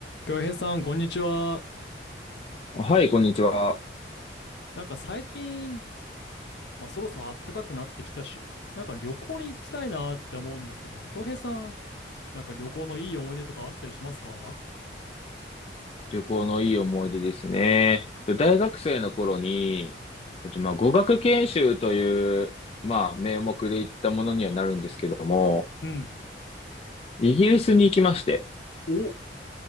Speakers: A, on the left; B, on the left.
A: 京平さん、こんにちは。
B: はい、こんにちは。
A: なんか最近、まあ、そろそろ暖かくなってきたし、なんか旅行に行きたいなって思うんですけど、京平さん、なんか旅行のいい思い出とかあったりしますか
B: 旅行のいい思い出ですね。大学生の頃に、えっと、まあ、語学研修という、まあ、名目で行ったものにはなるんですけども、
A: うん。
B: イギリスに行きまして、
A: お、